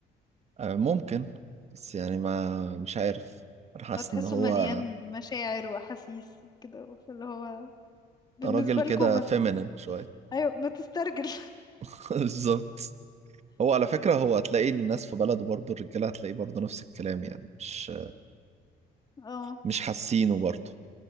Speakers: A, on the right (about 40°); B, on the left (about 25°).
A: <laughs> ممكن بس يعني ما مش عارف انا حاسس
B: هتحسه
A: ان هو
B: مليان مشاعر واحاسيس وكده فاللي هو بالنسبة
A: راجل كده
B: لكم ما...
A: فيمينين شوية
B: ايوه ما تسترجل
A: <laughs> بالظبط هو على فكرة هو هتلاقي الناس في بلده برضه الرجالة هتلاقيه برضه نفس الكلام يعني مش
B: <laughs> اه
A: مش حاسينه برضه